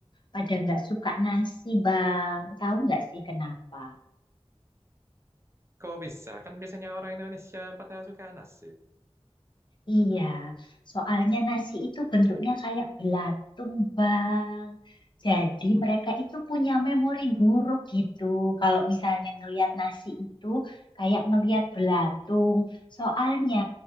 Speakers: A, on the left; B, on the right.
A: pada nggak suka nasi, Bang. Tahu nggak sih kenapa?
B: Kok bisa? Kan biasanya orang Indonesia pada suka nasi.
A: Iya, soalnya nasi itu bentuknya kayak belatung, Bang. Jadi mereka itu punya memori buruk gitu. Kalau misalnya ngelihat nasi itu kayak ngelihat belatung. Soalnya